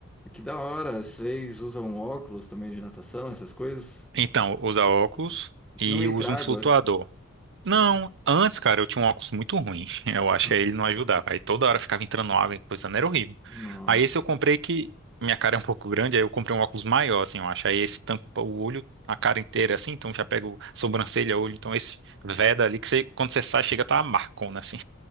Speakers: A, in the centre; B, on the right (about 55°).
A: Que da hora. Vocês usam óculos também de natação, essas coisas?
B: Então, usa óculos e
A: Não entra
B: usa um
A: água?
B: flutuador. Não, antes, cara, eu tinha um óculos muito ruim. <laughs> Eu acho
A: Hum.
B: que aí ele não ajudava. Aí toda hora ficava entrando água e coisa, não era horrível.
A: Nossa.
B: Aí esse eu comprei que minha cara é um pouco grande, aí eu comprei um óculos maior, assim, eu acho. Aí esse tampa o olho, a cara inteira, assim, então já pega o sobrancelha, olho. Então esse veda ali que você, quando você sai, chega a tá uma marcona, assim.